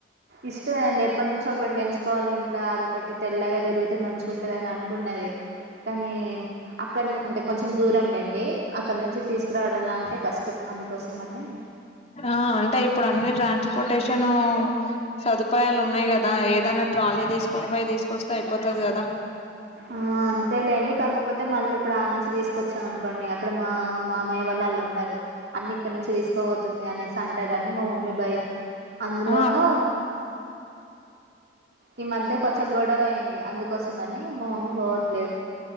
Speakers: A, on the right; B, on the left.
A: ఇష్టవే అండి ఎప్పట్ నుంచో ఒకటి వెంచుకోవాలింట్లా అదొకటి తెల్లగా తిరుగితే మంచి ఉంటదన్ అనుకున్నది కనీ అక్కడ్ నె అంటే కొంచెం దూరం లేండి అక్కడ్ నుంచి తీసుకురావడంల అంటే కష్టం అందుకోసం అని
B: ఆ అంటే ఇప్పుడన్ని ట్రాన్స్పోర్టేషను సదుపాయాలున్నాయ్ గదా ఏదన్నా ట్రాలీ తీసుకొని పోయి తీసుకొస్తే అయిపోతది కదా
A: ఆ అంతేలేండి కాకపోతే మళ్ళీ ఇప్పుడు ఆ నుంచి తీసుకొచ్చాం అనుకోండి అక్కడ మా మామయ్య వాళ్ళు ఆళ్ళు ఉంటరు అన్ని ఇక్క నుంచే తీసుకవోతుంది అనేసి అంటారని మా మమ్మీ భయం అందులోనూ
B: అ
A: ఈ మధ్య కొంచెం గొడవయింది అందుకోసం అని మా మమ్మీ బోవట్లేదు